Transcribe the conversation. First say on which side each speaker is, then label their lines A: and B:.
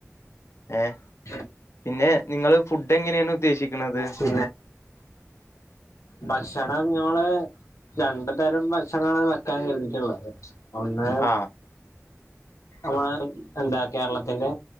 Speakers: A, on the left; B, on the left.
A: ഏഹ്
B: <unintelligible>
A: പിന്നെ നിങ്ങള് ഫുഡ് എങ്ങനേണ് ഉദ്ദേശിക്ക്ണത്
B: പിന്നെ ഭക്ഷണം ഞമ്മള് രണ്ട് തരം ഭക്ഷണണ് വെക്കാൻ കെര്തീറ്റ്ള്ളത് ഒന്ന്
A: ആ
B: നമ്മള് എന്താ കേരളത്തിന്റെ